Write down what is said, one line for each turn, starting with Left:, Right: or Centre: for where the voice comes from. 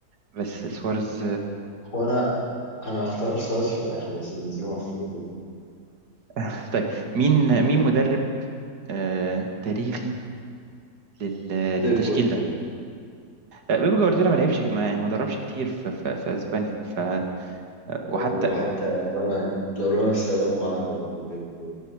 Right: بس سوارز
Left: هو انا انا هختار سواريز في الاخر بس بنزيما مفروض يبقى.
Right: <laughs> طيب مين مين مدرب آه، تاريخي لل-
Left: بيب
Right: للتشكيل
Left: جوارديولا
Right: ده آه، بيب جوارديولا ما لعبش ما يعني ما دربش كتير في, في, في اسبانيا ف وحتى
Left: وحتى رمى لو رمى السلام وعدى برضه بيب جوارديولا